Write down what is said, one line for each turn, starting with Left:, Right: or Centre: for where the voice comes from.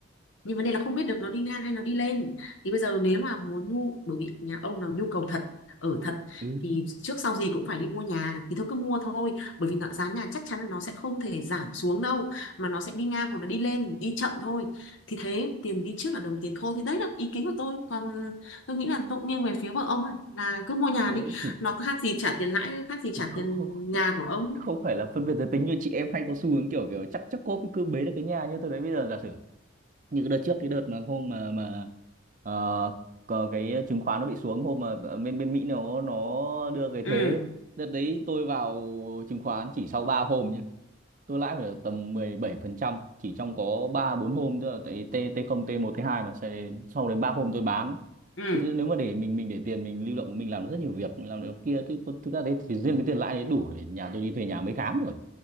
Left: nhưng vấn đề là không biết được nó đi ngang hay nó đi lên thì bây giờ nếu mà muốn nhu bởi vì nhà ông là nhu cầu thật ở thật
Right: ừ đúng
Left: thì trước sau gì cũng phải đi mua nhà thì thôi cứ mua thôi bởi vì giá nhà chắc chắn là nó sẽ không thể giảm xuống đâu mà nó sẽ đi ngang hoặc là đi lên đi chậm thôi thì thế tiền đi trước là đồng tiền khô thì đấy là ý kiến của tôi còn tôi nghĩ là tôi cũng nghiêng về phía của ông ấy, là cứ mua nhà
Right: thế
Left: đi
Right: thì,
Left: nó có khác gì trả tiền lãi khác gì trả
Right: thì không
Left: tiền
Right: không không
Left: nhà của ông
Right: không phải là phân biệt giới tính như chị em hay có xu hướng kiểu kiểu chắc chắc cô cứ bế được cái nhà như tôi đấy bây giờ giả sử như cái đợt trước cái đợt mà hôm mà mà ờ, có cái chứng khoán nó bị xuống hôm mà bên bên Mỹ nó nó đưa cái thuế
Left: ừ
Right: đợt đấy tôi vào chứng khoán chỉ sau 3 hôm nhá tôi lãi phải được tầm 17% chỉ trong có ba bốn hôm tức là tại T T0 t một t hai mà sau đến sau đến 3 hôm tôi bán
Left: ừ
Right: thì nếu mà để mình mình để tiền mình lưu động mình làm được rất nhiều việc mình làm được kia thì có- thực ra đấy thì riêng cái tiền lãi đấy đủ để nhà tôi đi thuê nhà mấy tháng rồi